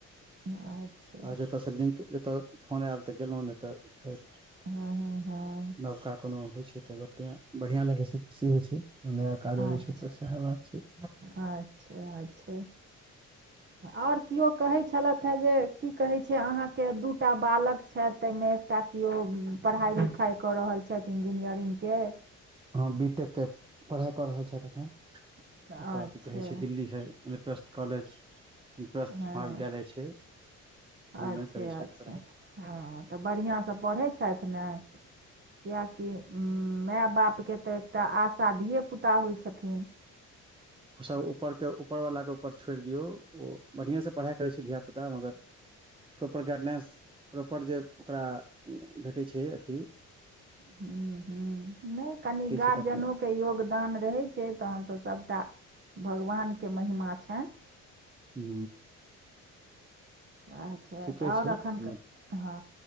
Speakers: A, on the right; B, on the right.
A: अच्छ
B: आ जतय से लिंक जतय फोन आयल तऽ गेलो न तऽ फेर
A: हँ हँ
B: नबका कोनो होइ छै त बढ़ियां लगै छै खुशी होइ छ नया काज
A: हँ
B: अबै
A: अच्छा
B: छै तऽ सएह बात छै
A: अच्छा अच्छा आओर केओ कहैत छलथि ह जे की कहैत छै अहाँके दूटा बालक छथ ता मे एकटा केओ पढ़ाइ लिखाई कऽ रहल छथि इंजीनियरिंग क
B: हँ बी टेक के पढ़ाइ कऽ रहल छथि एखन
A: अच्छा
B: ओतय की कहैत छै दिल्लीस एमस्त कॉे पस
A: हँ
B: महाविद्यालय छै ओहिमे
A: अच्छे
B: करै छथि
A: अच्छे
B: पढ़ा
A: हँ तऽ बढ़िआँसँ पढ़ै छथि न किएकि माय बापके तऽ एकटा आशाधिये पुता होइ छथि
B: ओसभ उपरके ऊपरवलाके ऊपर छोड़ि दियौ ओ बढ़िआँसँ पढ़ाइ करै छै धियापुता मग प्रॉपर गाइडलाइंस प्रॉपर जे ओकरा भेटै छै अथ
A: ह ह नहि कनि गार्जियनोक
B: छै तऽ अपने
A: के योगदान रहै छै तहन तऽ सभटा भगवानके महिमा छन
B: हू
A: अच्छा
B: ठीके
A: तऽ आओर
B: छै
A: अखन
B: हूँ
A: हँ